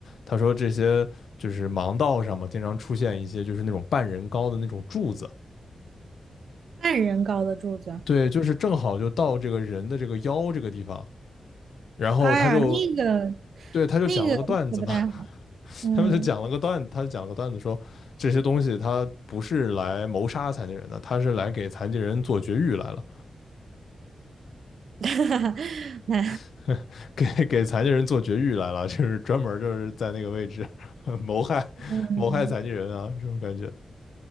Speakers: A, on the left (about 85°); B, on the right (about 80°).
A: 他说这些就是盲道上嘛，经常出现一些就是那种半人高的那种柱子，
B: 半人高的柱子。
A: 对，就是正好就到这个人的这个腰这个地方。然后他就，
B: 哎呀，那个
A: 对，他就讲了个段子嘛，
B: 那个那个不太好，
A: <laughs>
B: 嗯，
A: 他们就讲了个段，他就讲了个段子说，这些东西他不是来谋杀残疾人的，他是来给残疾人做绝育来了。
B: <laughs> 那
A: <laughs> 给给残疾人做绝育来了，就是专门就是在那个位置 <laughs> 谋害
B: 嗯。
A: 谋害残疾人啊，这种感觉。